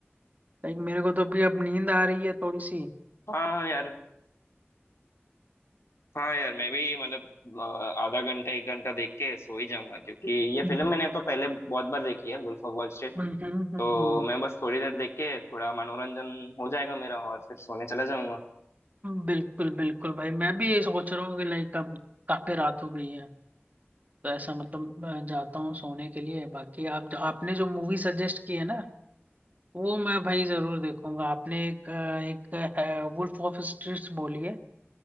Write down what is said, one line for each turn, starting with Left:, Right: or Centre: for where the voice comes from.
Right: लाइक मेरे को तो अभी अब नींद आ रही है थोड़ी सी
Left: हाँ यार हाँ यार मैं भी मतलब अ, आधा घंटा एक घंटा देख के सो ही जाऊंगा क्योंकि ये
Right: हम्म
Left: फिल्म मैंने तो पहले बहुत बार देखी है वुल्फ ऑफ वॉल स्ट्रीट
Right: हम्म हम्म हम्म,
Left: तो
Right: हम्म।
Left: मैं बस थोड़ी देर देख के थोड़ा मनोरंजन हो जाएगा मेरा और फिर सोने चला जाऊंगा
Right: बिल्कुल बिल्कुल भाई मैं भी ये सोच रहा हूँ कि लाइक अब काफी रात हो गई है तो ऐसा मतलब मैं जाता हूँ सोने के लिए बाकी आप जो आपने जो मूवी सजेस्ट की है ना वो मैं भाई जरूर देखूंगा आपने एक अ, एक वुल्फ ऑफ स्ट्रीट्स बोली है